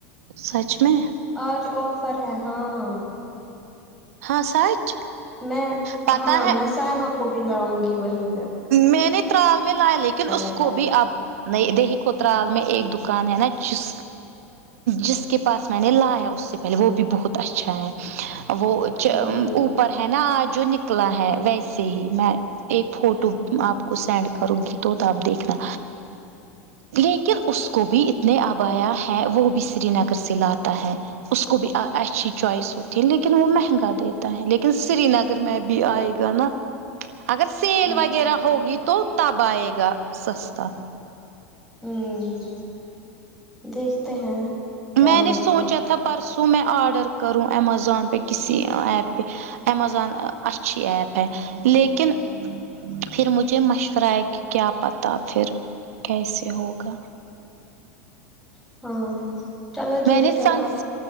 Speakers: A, on the right; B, in the centre.
A: سچ میں
B: آج آفر ہے ہاں
A: ہاں سچ
B: میں
A: پتہ
B: ہاں
A: ہے
B: میں سائمہ کو بھی لاؤں گی وہی
A: میں نے ترال میں لایا لیکن اس
B: لگا
A: کو بھی اب نا دیہی کووترال میں ایک دکان ہے نا جس جس کے پاس میں نے لایا اس سے پہلے وہ بھی بہت اچھا ہے وہ
B: ہوں
A: اوپر ہے نا آج جو نکلا ہے ویسے ہی میں ایک فوٹو آپ کو سینڈ کرو گی تو تب آپ دیکھنا لیکن اس کو بھی اتنے آبایا ہیں وہ بھی سری نگر سے لاتا ہے اس کو بھی اچھی چوائس ہوتی ہے لیکن وہ مہنگا دیتا ہے لیکن سری نگر میں بھی آئے گا نا اگر سیل
B: اچھا
A: وغیرہ
B: ٹھیک
A: ہوگی تو تب آئے گا سستا
B: ہوں دیکھتے ہیں کیا
A: میں
B: ہوگا
A: نے سوچا تھا پرسوں میں آڈر کروں امیزون پہ کسی ایپ پہ امیزون اچھی ایپ ہے لیکن پھر مجھے مشورہ ہے کہ کیا پتاہ پھر کیسے ہوگا
B: ہاں چلو دیکھتے
A: میں نے سن
B: ہیں آپ